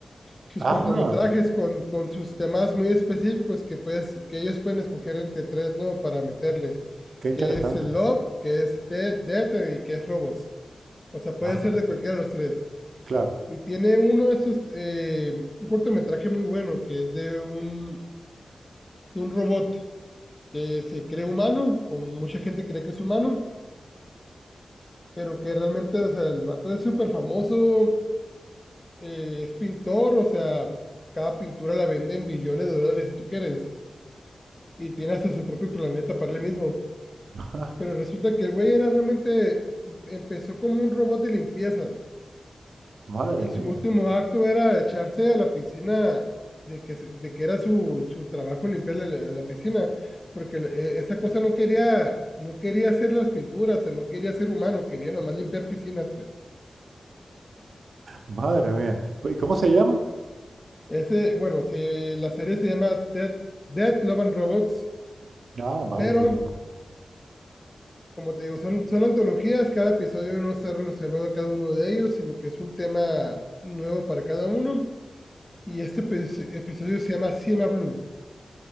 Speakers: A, on the left (about 20°); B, on the right (about 75°).
A: sus
B: Ah,
A: cortometrajes con, con sus temas muy específicos que, pues, que ellos pueden escoger entre tres, ¿no? Para meterle,
B: qué interesante.
A: que es el Love, que es de- Death y que es Robots. O sea, puede
B: Ah,
A: ser de cualquiera de los tres.
B: claro.
A: Y tiene uno de esos, eh, un cortometraje muy bueno, que es de un, de un robot que se cree humano, o mucha gente cree que es humano, pero que realmente, o sea, el vato es súper famoso, eh, es pintor, o sea, cada pintura la vende en billones de dólares si tú quieres y tiene hasta su propio planeta para él mismo.
B: <laughs>
A: Pero resulta que el güey era realmente, empezó como un robot de limpieza
B: Madre
A: y
B: mía,
A: su último acto era echarse a la piscina de que, se- de que era su, su trabajo limpiarle la, la piscina, porque eh, esa cosa no quería, no quería hacer las pinturas, o sea, no quería ser humano, quería nomás limpiar piscinas, pues.
B: madre mía. Pues, ¿Y cómo se llama?
A: Ese, bueno, se- la serie se llama Dead, Dead Love and Robots,
B: Ah, vale,
A: pero
B: pues, pues.
A: como te digo, son, son antologías, cada episodio no está relacionado a cada uno de ellos, sino que es un tema nuevo para cada uno. Y este pues, episodio se llama Cima Blue,